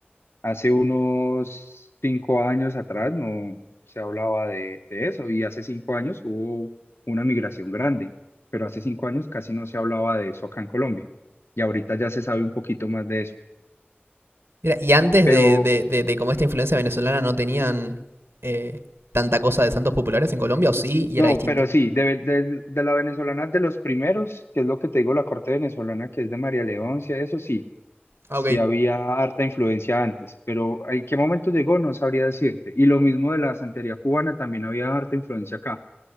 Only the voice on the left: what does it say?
Hace unos cinco años atrás no se hablaba de, de eso y hace cinco años hubo una migración grande, pero hace cinco años casi no se hablaba de eso acá en Colombia y ahorita ya se sabe un poquito más de eso.
Pero
no,
pero sí, de, de- de la venezolana de los primeros, que es lo que te digo, la corte venezolana que es de María Leoncia, eso sí,
sí
había harta influencia antes, pero ¿en qué momento llegó? No sabría decirte. Y lo mismo de la santería cubana, también había harta influencia acá